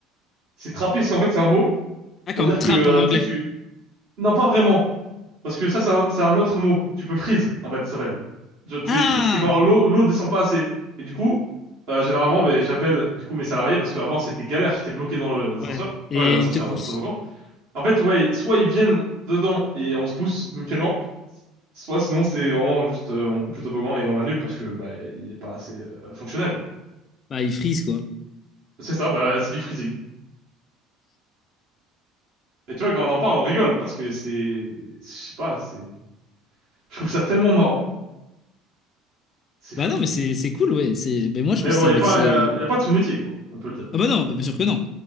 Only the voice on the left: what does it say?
Ah,
comme
trappe
en anglais.
Ah!
Ouais. Et
il te pousse.
Bah, il frise, quoi.
Bah, non, mais c'est c'est cool, ouais. C'est... Mais moi, je
trouve
que c'est
un
métier.
Ah, bah, non, bah, bien sûr que non.